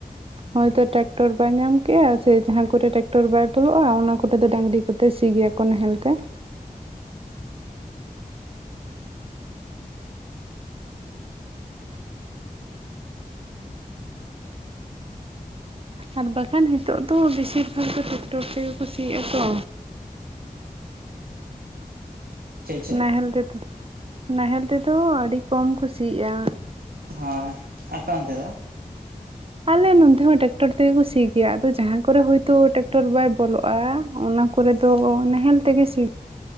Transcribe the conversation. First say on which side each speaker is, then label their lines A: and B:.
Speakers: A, on the right; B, on the right.
A: ᱦᱚᱭᱛᱚ ᱴᱮᱠᱴᱚᱨ ᱵᱟᱭ ᱧᱟᱢ ᱠᱮᱜᱼᱟ ᱥᱮ ᱡᱟᱦᱟᱸ ᱠᱚᱨᱮ ᱴᱮᱠᱴᱚᱨ ᱵᱟᱭ ᱵᱚᱞᱚᱜᱼᱟ ᱚᱱᱟ ᱠᱚᱨᱮ ᱫᱚ ᱰᱟᱹᱝᱨᱤ ᱠᱚᱛᱮ ᱥᱤ ᱜᱮᱭᱟ᱾ ᱠᱚ ᱱᱟᱦᱮᱞ ᱛᱮ, ᱟᱨ ᱵᱟᱠᱷᱟᱱ ᱱᱤᱛᱚᱜ ᱫᱚ ᱵᱮᱥᱤᱨ ᱵᱷᱟᱜ ᱜᱮ ᱴᱨᱟᱠᱴᱚᱨ ᱛᱮᱜᱮ ᱠᱩ ᱥᱤ ᱮᱫᱟ ᱛᱚ,
B: ᱪᱮᱫ ᱪᱮᱫ
A: ᱱᱟᱦᱮᱞ ᱛᱮᱫᱚ ᱱᱟᱦᱮᱞ ᱛᱮᱫᱚ ᱟᱹᱰᱤ ᱠᱚᱢ ᱠᱩ ᱥᱤ ᱮᱜ-ᱟ᱾
B: ᱦᱚᱸ ᱟᱯᱮ ᱚᱱᱛᱮ ᱫᱚ,
A: ᱟᱞᱮ ᱱᱚᱛᱮ ᱦᱚᱸ ᱴᱮᱠᱴᱚᱨ ᱛᱮᱜᱮ ᱠᱚ ᱥᱤ ᱜᱮᱭᱟ ᱟᱫᱚ ᱡᱟᱸᱦᱟ ᱠᱚᱨᱮ ᱦᱳᱭᱛᱚ ᱴᱮᱠᱴᱚᱨ ᱵᱟᱭ ᱵᱚᱞᱚᱜᱼᱟ ᱚᱱᱟ, ᱠᱚᱨᱮ ᱫᱚ ᱱᱟᱦᱮᱞ ᱛᱮᱜᱮ ᱥᱤ